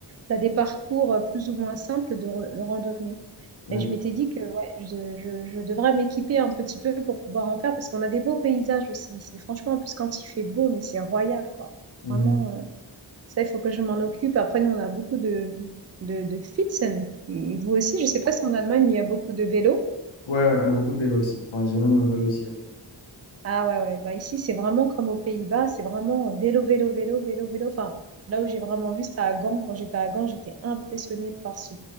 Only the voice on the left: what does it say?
Ouais.
Mhm.
Ouais, ouais, on a beaucoup de vélos ici. Enfin, j'ai même un vélo ici.